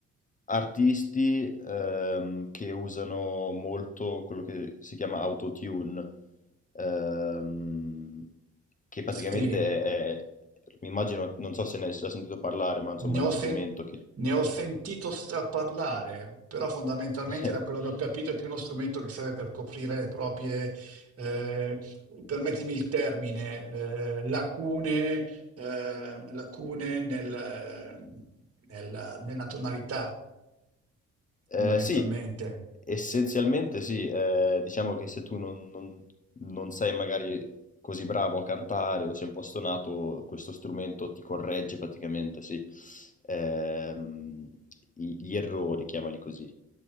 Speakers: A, on the left; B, on the right.
A: artisti, ehm, che usano molto quello che si chiama autotune, ehm, che praticamente
B: Sì.
A: è, è- mi immagino, non so se ne hai già sentito parlare, ma insomma
B: Ne
A: è
B: ho,
A: uno
B: sen-
A: strumento che
B: ne ho sentito straparlare, però fondamentalmente
A: <laughs>
B: da quello che ho capito è più uno strumento che serve per coprire le proprie, eh, permettimi il termine, eh, lacune, eh, lacune nel- nella, nella tonalità,
A: Eh,
B: fondamentalmente,
A: sì, essenzialmente sì, eh, diciamo che se tu non, non- non sei magari così bravo a cantare o sei un po' stonato, questo strumento ti corregge praticamente, sì, Ehm, i- gli errori, chiamali così.